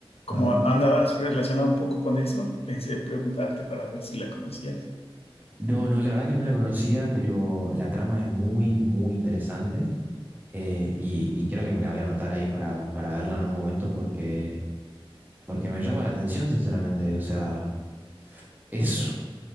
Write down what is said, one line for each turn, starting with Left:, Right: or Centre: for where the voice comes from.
Left: como
Right: A ver.
Left: andabas relacionado un poco con eso, pensé preguntarte para ver si la conocías.
Right: No, no, la verdad que no la conocía, pero la trama es muy, muy interesante. eh, y, y creo que me la voy a anotar ahí para, para verla en algún momento porque, porque me llama la atención, sinceramente. O sea, es